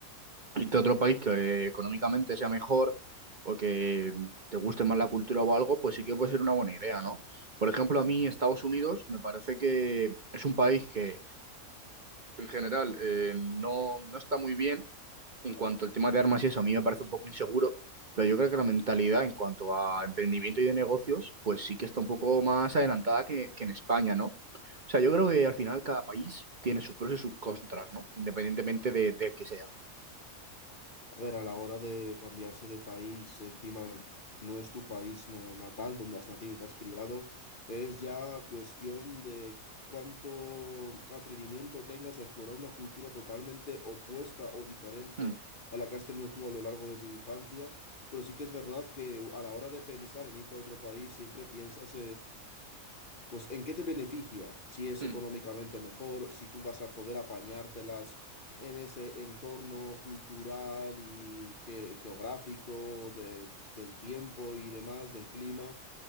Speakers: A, on the right; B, on the left.
A: irte a otro país que eh, económicamente sea mejor o que te guste más la cultura o algo, pues sí que puede ser una buena idea, ¿no? Por ejemplo, a mí Estados Unidos me parece que es un país que en general eh, no, no está muy bien en cuanto al tema de armas y eso, a mí me parece un poco inseguro, pero yo creo que la mentalidad en cuanto a emprendimiento y de negocios, pues sí que está un poco más adelantada que, que en España, ¿no? O sea, yo creo que al final cada país tiene sus pros y sus contras, ¿no? Independientemente de, de que sea.
B: A ver, a la hora de cambiarse de país, encima no es tu país eh, natal donde has nacido y te has criado, es ya cuestión de cuánto atrevimiento tengas a explorar una cultura totalmente opuesta o diferente
A: Mm,
B: a la que has tenido tú a lo largo de tu infancia. Pero sí que es verdad que a la hora de pensar en irte a otro país, siempre piensas pues ¿en qué te beneficia? Si es
A: mm,
B: económicamente mejor, si tú vas a poder apañártelas en ese entorno cultural y ge- geográfico de- del tiempo y demás, del clima.